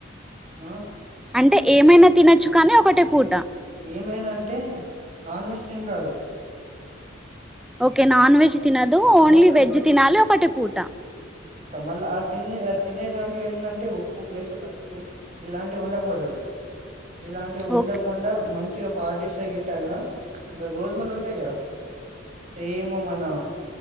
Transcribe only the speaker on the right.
ఆహ్
ఏమైనా అంటే నాన్ వెజిటేరియన్ కాదు
మొత్తం
మళ్ళ ఆ తినే ఆ తినే దాంట్లో ఏందంటే ఉప్పు ప్లస్ పసుపు ఇలాంటివి ఉండకూడదు ఇలాంటివి ఉండకుండా
మంచ్ మంచిగా పాటిస్తే గిట్టంగా గా గోధుమలు ఉంటయి కదా సేము మనా